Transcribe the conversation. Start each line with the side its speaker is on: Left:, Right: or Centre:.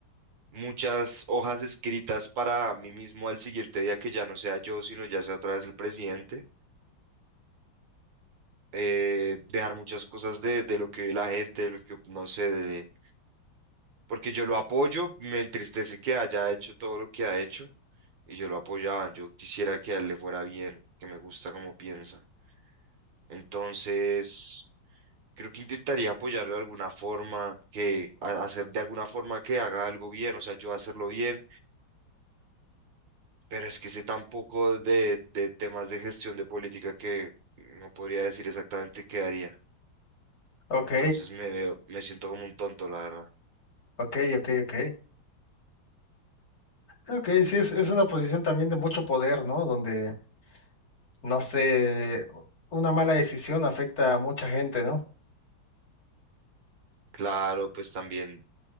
Right: muchas hojas escritas para mí mismo al siguiente día que ya no sea yo, sino ya sea otra vez el presidente. eh, dejar muchas cosas de, de lo que ve la gente, de lo que no sé, de- porque yo lo apoyo, me entristece que haya hecho todo lo que ha hecho y yo lo apoyaba, yo quisiera que a él le fuera bien, que me gusta como piensa. Entonces... Creo que intentaría apoyarlo de alguna forma, que a- hacer de alguna forma que haga algo bien, o sea, yo hacerlo bien, pero es que sé tan poco de, de temas de gestión de política que no podría decir exactamente qué haría.
Left: Ok,
Right: Entonces me veo, me siento como un tonto, la verdad.
Left: ok, ok, ok. Ok, sí, es, es una posición también de mucho poder, ¿no? Donde, no sé, una mala decisión afecta a mucha gente, ¿no?
Right: Claro, pues también